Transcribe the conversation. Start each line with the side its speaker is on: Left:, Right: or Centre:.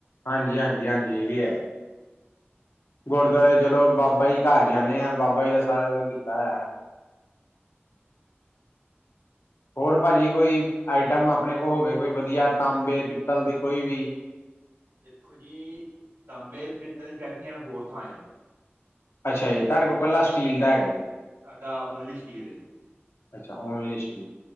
Left: ਹਾਂਜੀ ਹਾਂਜੀ ਹਾਂਜੀ ਇਹ ਵੀ ਹੈ ਗੁਰਦੁਆਰੇ ਚਲੋ ਬਾਬਾ ਜੀ ਘਰ ਜਾਣੇ ਆ ਬਾਬਾ ਜੀ ਦਾ ਸਾਰਾ ਕੁਛ ਦਿੱਤਾ ਹੈ ਹੋਰ ਭਾਜੀ ਕੋਈ ਆਈਟਮ ਆਪਣੇ ਕੋਲ ਹੋਵੇ ਕੋਈ ਵਧੀਆ ਤਾਂਬੇ ਪਿੱਤਲ ਦੀ ਕੋਈ ਵੀ
Right: ਦੇਖੋ ਜੀ ਤਾਂਬੇ ਪਿੱਤਲ ਦੀ ਫੈਕਟਰੀਆਂ ਹੋਰ ਥਾਂ ਏ।
Left: ਅੱਛਾ ਜੀ ਤੁਹਾਡੇ ਕੋਲ ਕੱਲਾ ਸਟੀਲ
Right: ਤੇ
Left: ਦਾ ਹੈਗਾ।
Right: ਸਾਡਾ ਓਨਲੀ ਸਟੀਲ ਹੈ ਜੀ
Left: ਅੱਛਾ ਓਨ ਲਿਸਟ